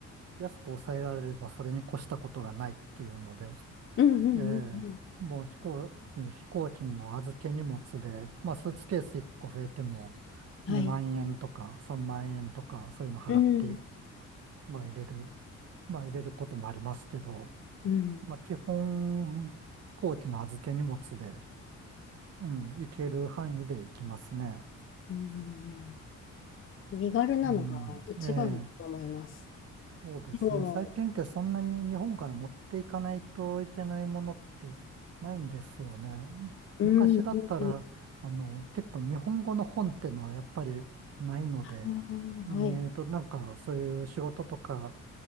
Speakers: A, on the right (about 55°); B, on the left (about 45°).
A: 安く抑えられればそれに越したことがないっていうので、
B: うんうんうんうん。
A: ええもう飛行、飛行機の預け荷物で、まあスーツケース1個増えても
B: はい。
A: 2万円とか3万円とかそういうの払って
B: うん。
A: まあ入れる、まあ入れることもありますけど、
B: うん。
A: まあ基本、飛行機の預け荷物で、うん、行ける範囲で行きますね。
B: うん身軽なのが一番だと思います。
A: うん、ええ、そうですね。
B: も
A: 最近ってそんなに日本から持っていかないといけないものってないんですよね。
B: うん。
A: 昔だったら、
B: うん。うん。
A: あの、結構日本語の本ってのはやっぱりないので、
B: ああはい。
A: えっと、なんかそういう仕事とか